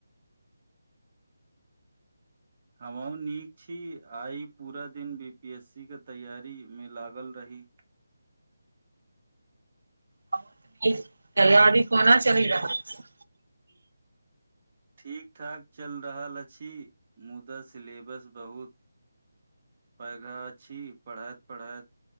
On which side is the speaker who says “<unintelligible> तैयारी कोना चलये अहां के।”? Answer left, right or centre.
Right